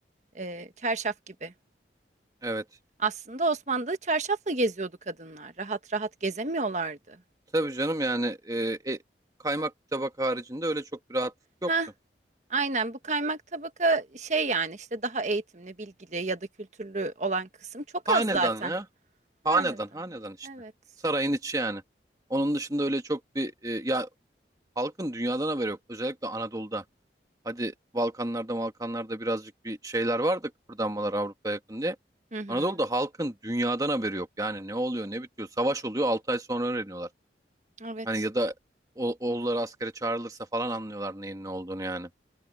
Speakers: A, on the right (about 40°); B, on the right (about 20°).
A: E, çarşaf gibi.
B: Evet.
A: Aslında Osmanlı'da çarşafla geziyordu kadınlar. Rahat rahat gezemiyorlardı.
B: Tabii canım yani e, e, kaymak bir tabak haricinde öyle çok bir rahatlık
A: Ha,
B: yoktu.
A: aynen bu kaymak tabaka şey yani işte daha eğitimli, bilgili ya da kültürlü olan kısım çok
B: Hanedan
A: az zaten.
B: ya.
A: Hanedan.
B: Hanedan, hanedan işte.
A: Evet.
B: Sarayın içi yani. Onun dışında öyle çok bir e, ya halkın dünyadan haberi yok. Özellikle Anadolu'da. Hadi Balkanlarda, Balkanlarda birazcık bir şeyler vardı kıpırdanmalar Avrupa'ya yakın diye.
A: Hı hı.
B: Anadolu'da halkın dünyadan haberi yok. Yani ne oluyor, ne bitiyor. Savaş oluyor, 6 ay sonra öğreniyorlar.
A: Evet.
B: Hani ya da o- oğulları askere çağrılırsa falan anlıyorlar neyin ne olduğunu yani.